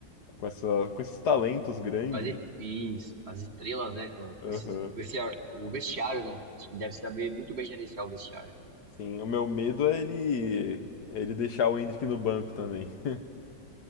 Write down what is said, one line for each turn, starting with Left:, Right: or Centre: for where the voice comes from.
Left: com essa, com esses talentos grandes.
Right: Quase isso, as estrelas, né? Com, com
Left: Aham.
Right: esses, com esse, ar- o vestiário, né? Acho que deve saber muito bem gerenciar o vestiário.
Left: Sim, o meu medo é ele, ele deixar o Hendrick no banco também. <laughs>